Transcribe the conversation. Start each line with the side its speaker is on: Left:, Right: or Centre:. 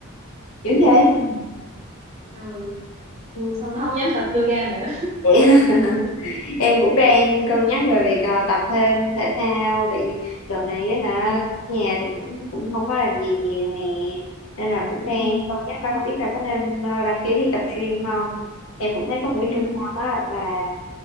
Left: dữ vậy
Right: ừ. ừ
Left: Ừ.
Right: sau nó không dám tập yoga nữa
Left: Vậy <laughs> em cũng đang cân nhắc về việc ờ, tập thêm thể thao tại vì đợt này á hả
Right: ừ.
Left: ở nhà thì cũng cũng không có làm gì nhiều nè nên là cũng đang
Right: Ừ.
Left: cân nhắc coi không biết là có nên ờ, đăng ký đi tập gym không em cũng thấy có một cái
Right: Ừ.
Left: trung tâm á là